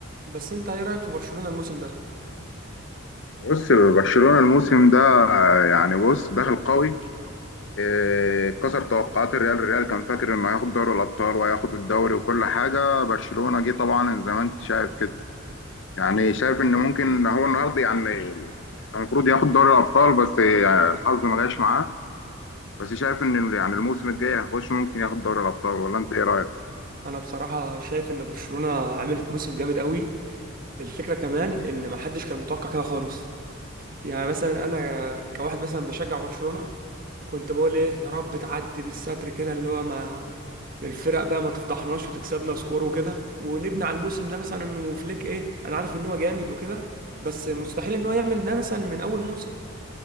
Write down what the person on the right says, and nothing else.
بس انت ايه رأيك في برشلونة الموسم ده
انا بصراحة شايف ان برشلونة عملت موسم جامد قوي الفكرة كمان ان ما حدش كان متوقع كده خالص يعني مثلا انا كواحد مثلا بشجع برشلونة كنت بقول ايه يا رب تعدي بالستر كده اللي هو ما الفرق بقى ما تفضحناش وتكسبنا سكور وكده ونبني على الموسم ده مثلا انه فليك ايه انا عارف ان هو جامد وكده بس مستحيل ان هو يعمل ده مثلا من اول موسم